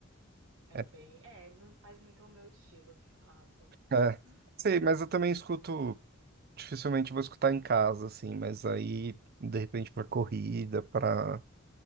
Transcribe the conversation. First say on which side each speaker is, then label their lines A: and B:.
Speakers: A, on the right; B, on the right.
A: É
B: É.
A: bem, é, não faz muito o meu estilo, de fato.
B: é,
A: <gasps>
B: Sei, mas eu também escuto, dificilmente vou escutar em casa, assim, mas aí, de repente, pra corrida, pra